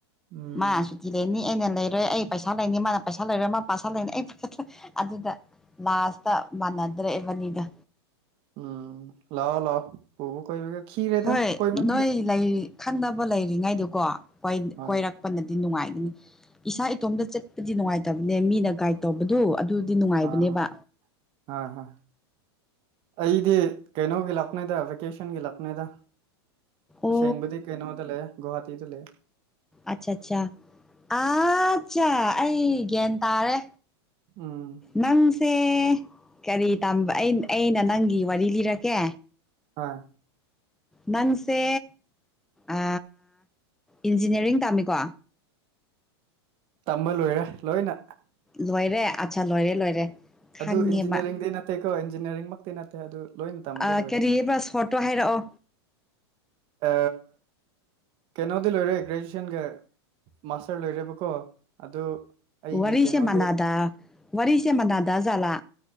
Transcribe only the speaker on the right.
ꯎꯝ
ꯎꯝ ꯂꯑꯣ ꯂꯑꯣ ꯄꯕꯨ ꯀꯣꯏꯕꯒ ꯈꯤꯔꯦꯗ
ꯀꯣꯏ ꯃꯟ
ꯍꯣꯏ
ꯍꯣꯏ ꯍꯣꯏ ꯍꯣꯏ ꯍꯣꯏ ꯑꯩꯗꯤ ꯀꯩꯅꯣꯒꯤ ꯂꯥꯛꯄꯅꯤꯗ ꯚꯦꯀꯦꯁꯟꯒꯤ ꯂꯥꯛꯄꯅꯤꯗ
ꯑꯁꯦꯡꯕꯗꯤ ꯀꯩꯅꯣꯗ ꯂꯩꯌꯦꯣ ꯒꯋꯥꯍꯥꯇꯤꯗ ꯂꯩ
ꯎꯝ
ꯍꯣꯏ
ꯇꯝꯕ ꯂꯣꯏꯔꯦ ꯂꯣꯏꯅ
ꯑꯗꯨ ꯏꯟꯖꯤꯅꯤꯌꯥꯔꯤꯡꯗꯤ ꯅꯠꯇꯦꯀꯣ ꯏꯟꯖꯤꯅꯤꯌꯥꯔꯤꯡꯃꯛꯇꯤ ꯅꯠꯇꯦ ꯑꯗꯨ ꯂꯣꯏꯅ ꯇꯝꯗꯤ
ꯂꯣꯏꯔꯦ
ꯑ ꯀꯩꯅꯣꯗꯤ ꯂꯣꯏꯔꯦ ꯒ꯭ꯔꯦꯖꯨꯌꯦꯁꯟꯒ ꯃꯥꯁꯇꯔ ꯂꯣꯏꯔꯦꯕꯀꯣ ꯑꯗꯨ ꯑꯩꯒꯤ
ꯀꯩꯅꯣꯗꯤ